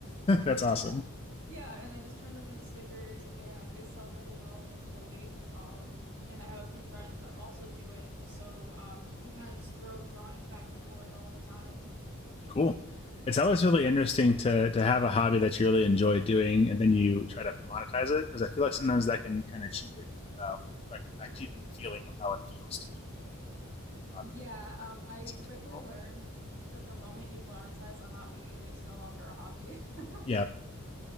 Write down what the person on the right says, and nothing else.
<laughs>
yeah, yeah. And I just turn them into stickers and they sell really well, thankfully. Um, and I have a few friends that also do it. So um, we kind of just throw drawings back and forth all the time.
Yeah,
um,
I
quickly learned that the moment you monetize a hobby, it's no longer a hobby. <laughs>